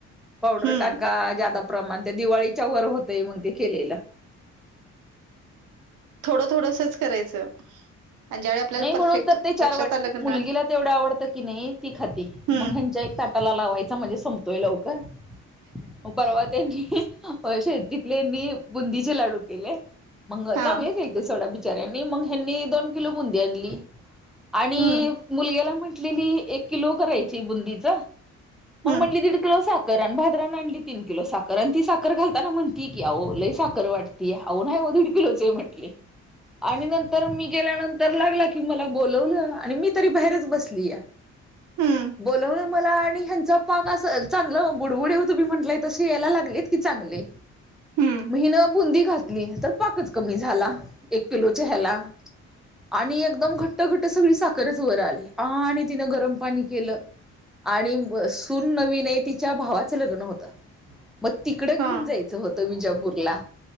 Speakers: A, in the centre; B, on the right.
A: पावडर
B: हम्म
A: टाका प्रमाण त्या दिवाळीच्या वर होतय मग ते केलेलं
B: थोडं थोडसच करायचं. आणि ज्यावेळी आपल्याला
A: नाही म्हणून
B: परफेक्ट
A: तर ते चार
B: लक्षात
A: वाट
B: आलं क
A: मुलगीला
B: ना
A: तेवढं आवडतं की नाही, ती खाती
B: हम्म
A: मग ह्यांच्या एक ताटाला लावायचं. म्हणजे संपतोय लवकर मग परवा त्यांची शेतीतले मी बुंदीचे लाडू केले मग
B: हा
A: चांगलेच केलते सोडामी चरणी मग ह्यानी दोन किलो बुंदी आणली आणि
B: हम्म
A: मुलग्याला म्हण लेली एक किलो करायची बुंदीच, मग
B: हम्म
A: म्हणाली दीड किलो सा खर भागराउन आणली तीन किलो साखर, आन ती साखर घाताना म्हणती की आवो लई साखर वाटती आवो न्हाई हो दीड किलोच म्हटले.
B: <inaudible>
A: आणि नंतर मी गेल्यानंतर लागला की मला बोलवलं आणि मी तरी बाहेरच बसलीया.
B: हम्म
A: बोलवलं मला आणि ह्यांचा पाक अस चांगलं बुडबुड येव तुम्ही म्हटलांय तसे यायला लागलेत की चांगले.
B: हम्म
A: म हिनं बुंदी घातली तर पाकच कमी झाला, एक किलोच्या ह्याला आणि एकदम घट्ट घट्ट सगळी साखरच वर आली आणि तिनं गरम पाणी केलं आणि व सून नवीन हे तिच्या भावाचं लग्न होतं. मग तिकडं
B: हा
A: घेऊन जायचं होतं विजापूरला.